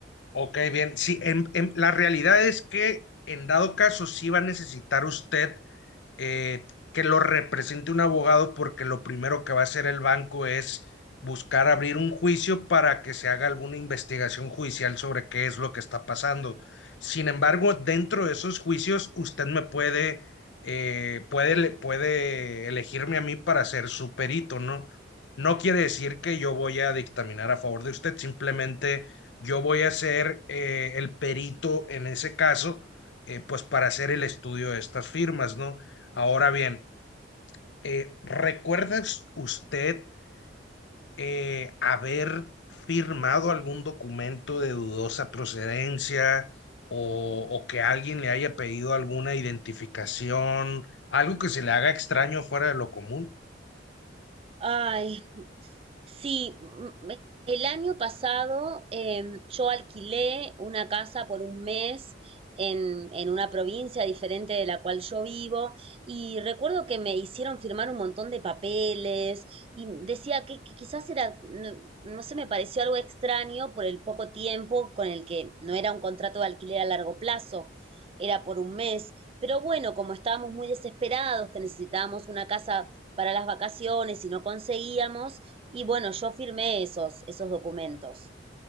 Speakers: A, on the left; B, on the right.
A: Ok, bien. Sí, en, en- la realidad es que en dado caso sí va a necesitar usted eh, que lo represente un abogado porque lo primero que va a hacer el banco es buscar abrir un juicio para que se haga alguna investigación judicial sobre qué es lo que está pasando. Sin embargo, dentro de esos juicios, usted me puede, eh, puede, puede elegirme a mí para ser su perito, ¿no? No quiere decir que yo voy a dictaminar a favor de usted, simplemente yo voy a ser eh, el perito en ese caso, eh, pues para hacer el estudio de estas firmas, ¿no? Ahora bien, eh, ¿recuerdas usted eh, haber firmado algún documento de dudosa procedencia o, o que alguien le haya pedido alguna identificación, algo que se le haga extraño fuera de lo común?
B: ay Sí, mm, el año pasado em, yo alquilé una casa por un mes en, en una provincia diferente de la cual yo vivo y recuerdo que me hicieron firmar un montón de papeles y decía que, que quizás era, no, no sé, me pareció algo extraño por el poco tiempo con el que no era un contrato de alquiler a largo plazo, era por un mes. Pero bueno, como estábamos muy desesperados, que necesitábamos una casa para las vacaciones y no conseguíamos, y bueno, yo firmé esos, esos documentos.